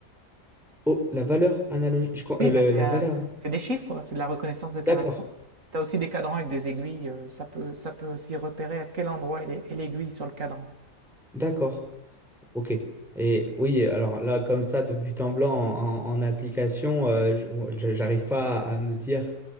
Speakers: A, in the centre; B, on the right.
A: Oh, la valeur analogique, je com-
B: Oui,
A: euh, le-
B: ben c'est
A: la
B: euh,
A: valeur.
B: c'est des chiffres quoi, c'est de la reconnaissance de caractère.
A: D'accord,
B: T'as aussi des cadrans avec des aiguilles, euh, ça peut ça peut aussi repérer à quel endroit est l'ai- est l'aiguille sur le cadran.
A: d'accord, ok. Et oui, alors là, comme ça, de but en blanc en, en- application, euh, je- j'arrive pas à me dire.